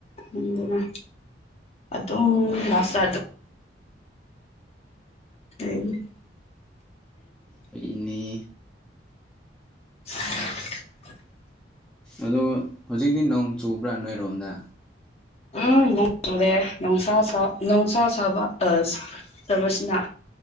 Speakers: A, on the left; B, in the centre.
A: ꯐꯪꯗꯅꯥ ꯑꯗꯨꯝ ꯂꯥꯁꯇ ꯑꯗꯨ ꯀꯩꯒꯤ
B: ꯐꯩꯅꯤ
A: <inaudible>
B: ꯑꯗꯣ ꯍꯧꯖꯤꯛꯇꯤ ꯅꯣꯡ ꯆꯨꯕ꯭ꯔꯥ ꯅꯣꯏꯔꯣꯝꯗ
A: ꯎꯝ ꯅꯣꯡ ꯆꯨꯔꯦ ꯅꯨꯡꯁꯥ ꯁꯥ ꯅꯨꯡꯁꯥ ꯁꯥꯕ ꯑꯁ ꯁꯕꯁꯤꯅ